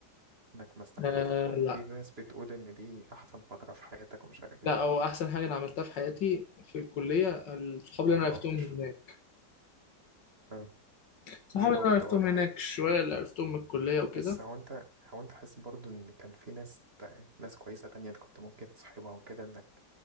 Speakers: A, on the right (about 35°); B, on the left (about 75°).
A: انك ما استمتعتش
B: آه
A: اللي هم
B: لا
A: في ناس بتقول ان دي احسن فتره في حياتك ومش عارف
B: لا
A: ايه
B: هو احسن حاجه انا عملتها في حياتي في الكليه الصحاب اللي
A: انك
B: انا
A: ما
B: عرفتهم
A: روحتش
B: من هناك
A: اه
B: صحاب
A: دي برضه
B: اللي انا عرفتهم
A: اه دي
B: من
A: حقيقه
B: هناك شويه اللي عرفتهم من الكليه وكده
A: بس هو انت هو انت حاسس برضو ان كان في ناس ناس كويسة تانية انت كنت ممكن تصاحبها وكده انك